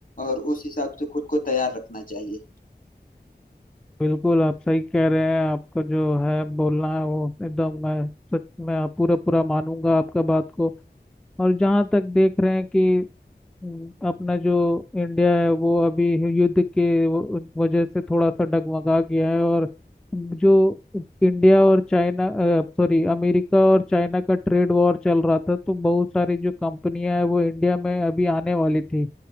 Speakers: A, on the left; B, in the centre.
A: और उस हिसाब से खुद को तैयार रखना चाहिए
B: बिल्कुल आप सही कह रहे हैं आपका जो है बोलना है वो एकदम मैं सच में आप पूरा पूरा मानूंगा आपका बात को और जहाँ तक देख रहे हैं कि अम, अपना जो इंडिया है वो अभी युद्ध के व- वजह से थोड़ा सा डगमगा गया है और जो इंडिया और चाइना सॉरी अमेरिका और चाइना का ट्रेड वॉर चल रहा था तो बहुत सारी जो कंपनियां हैं वो इंडिया में अभी आने वाली थी